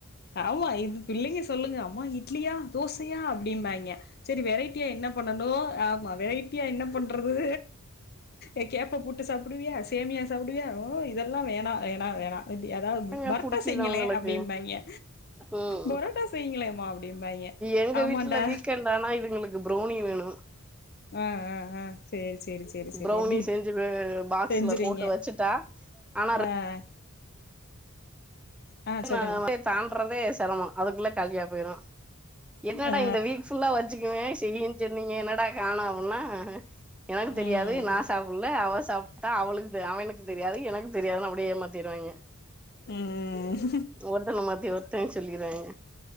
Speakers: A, on the left; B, in the centre.
A: ஆமா இது பிள்ளைங்க சொல்லுங்க அம்மா இட்லியா தோசையா அப்டிம்பாய்ங்க சரி வெரைட்டியா என்ன பண்ணனு ஆமா வெரைட்டியா என்ன பண் றது அ கேப்ப பூட்டு சாப்புடுவியா சேமியா சாப்புடுவியா உ இதெல்லா வேணா என் ன வேணா அப்படி அதாவது
B: ஏங்க
A: பெரோட்டா
B: புடிக்குதா
A: செய்ங்களே
B: உங்களுக்கு
A: அப்டிம்பாய்ங்க
B: ம்
A: பெரோட்டா செய்ங்களேம்மா அப்டிம்பாய்ங்க
B: எங்க
A: ஆமாண்டா
B: வீட்ல வீக்கெண்ட் ஆனா இதுங்களுக்கு ப்ரௌனி வேணு
A: ஆ ஆ ஆ சேரி சேரி செரி செரி
B: ப்ரௌனி
A: எப்டி
B: செஞ்சு பாக்ஸ்ல
A: செஞ்சிறுவீங்க
B: போட்டு வச்சுட்டா ஆனா
A: ஆ ஹ ஆ சொல்லுங்க
B: நா தாண்றதே செரமோ அதுக்குள்ள காலியா போயிரு என்னடா
A: ஆ
B: இந்த வீக் ஃபுல்லா வச்சுக்கு வே செய்யின்னு சொன்னிங்க என்னடா காணோ அப்புன்னா எனக்கு தெரியாது
A: ம்
B: நா சாப் புள்ள அவ சாப்புட்டா அவளுக்கு அவனுக்கு தெரியாது எனக்கு தெரியாதுன்னு அப்டியே ஏமாத்திருவாய்ங்க
A: அ அ
B: ஒருத்தன மாத்தி ஒருத்த சொல்லிறாங்க